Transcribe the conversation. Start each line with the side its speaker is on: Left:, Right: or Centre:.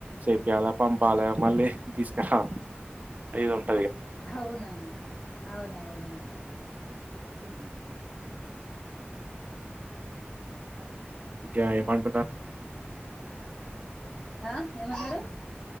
Right: చెపీయాలె పంపాలె మళ్ళీ తీసుక రావాలా
Left: అవునవును అవునవును
Right: ఉ క ఏమంటున
Left: ఆ ఏమన్నరు